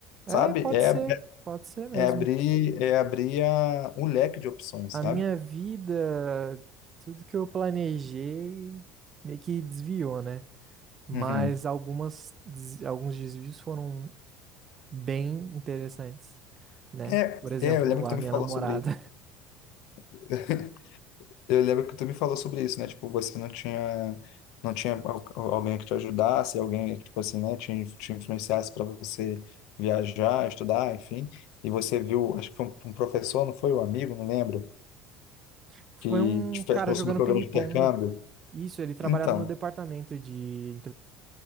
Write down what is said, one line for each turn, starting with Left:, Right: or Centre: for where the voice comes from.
Right: É,
Left: Sabe?
Right: pode
Left: É,
Right: ser, pode ser mesmo.
Left: É abrir, é abrir a, um leque de opções,
Right: A
Left: sabe?
Right: minha vida, tudo que eu planejei meio que desviou, né? Mas
Left: Uhum.
Right: algumas, des- alguns desvios foram bem interessantes, né?
Left: É,
Right: Por exemplo,
Left: é, eu lembro que
Right: a
Left: tu me
Right: minha
Left: falou
Right: namorada
Left: sobre isso. <laughs> Eu lembro que tu me falou sobre isso, né? Tipo, você não tinha, não tinha al- alguém que te ajudasse, alguém, tipo assim, né? Te, te influenciasse para você viajar, estudar, enfim. E você viu, acho que foi um, um professor, não foi? Um amigo, não lembro,
Right: <laughs> foi
Left: que
Right: um
Left: te
Right: cara
Left: falou
Right: jogando
Left: sobre o programa
Right: ping-pong.
Left: de intercâmbio.
Right: Isso, ele trabalhava
Left: Então,
Right: no departamento de